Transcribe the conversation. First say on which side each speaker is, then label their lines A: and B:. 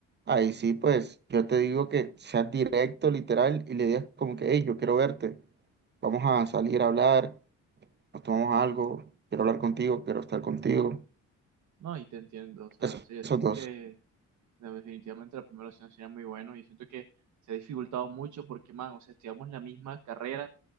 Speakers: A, on the right; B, on the right.
A: Ahí sí, pues, yo te digo que seas directo, literal, y le digas como que, hey, yo quiero verte vamos a salir a hablar, nos tomamos algo, quiero hablar contigo, quiero estar contigo.
B: No, y te entiendo. O sea,
A: Eso-
B: o sea, yo
A: esos
B: siento
A: dos.
B: que No, Definitivamente la primera opción sería muy bueno y siento que se ha dificultado mucho porque, man, o sea, estudiamos la misma carrera,